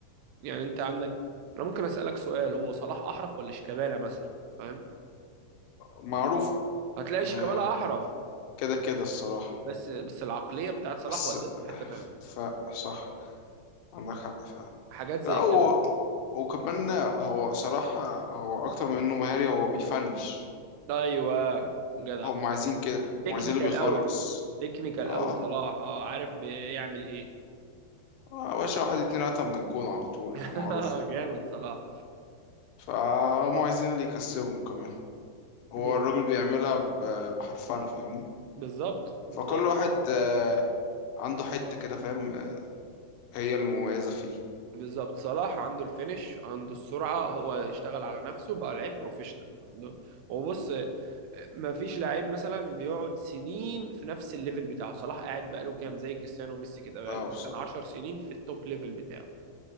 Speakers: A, on the right (about 85°); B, on the left (about 75°).
A: يعني أنت عندك أنا ممكن أسألك سؤال هو صلاح أحرف ولا شيكابالا مثلا فاهم
B: فمعروفة
A: هتلاقي شيكابالا
B: آه،
A: أحرف
B: كده كده الصراحة
A: بس بس العقلية بتاعت صلاح
B: بس
A: ودته في حتة تانية
B: ف صح عندك حق فعلا
A: حاجات زي
B: لا هو
A: كده
B: وكمان هو صراحة هو أكتر من إنه مهاري هو بيفنش
A: أيوه جدع
B: هم عايزين كده هم
A: تكنيكال
B: عايزين اللي بيخلص
A: قوي تكنيكال
B: اه
A: قوي صلاح اه عارف بيعمل ايه
B: آه يا باشا واحد اتنين قتم من الجون على طول
A: <laughs>
B: هي معروفة
A: جامد صلاح
B: فهم عايزين اللي يكسبهم كمان هو
A: بز-
B: الراجل بيعملها ب- بحرفنة فاهمني
A: بالظبط بالظبط
B: فكل واحد آه، عنده حتة كده فاهم آه، هي المميزة فيه
A: بالظبط صلاح عنده الفينش عنده السرعه هو اشتغل على نفسه بقى لعيب بروفيشنال عنده هو بص ما فيش لعيب مثلا بيقعد سنين في نفس الليفل بتاعه صلاح قاعد بقاله كام زي كريستيانو وميسي كده بقاله
B: اه بصراحة
A: مثلا 10 سنين في التوب ليفل بتاعه